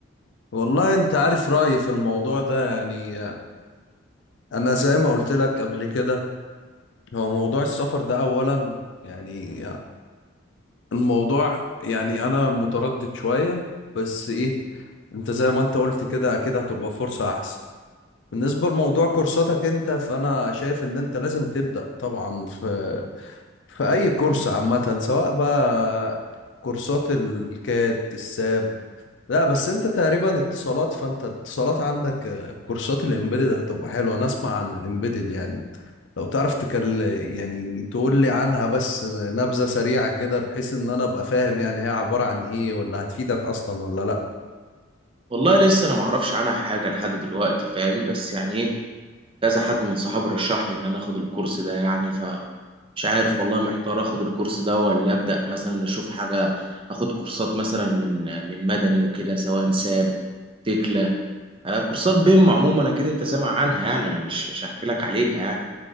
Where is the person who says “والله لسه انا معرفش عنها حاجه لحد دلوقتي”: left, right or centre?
Right